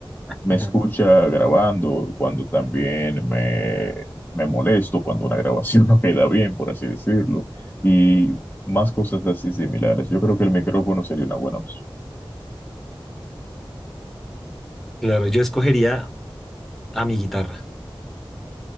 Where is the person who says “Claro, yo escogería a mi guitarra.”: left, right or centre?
Centre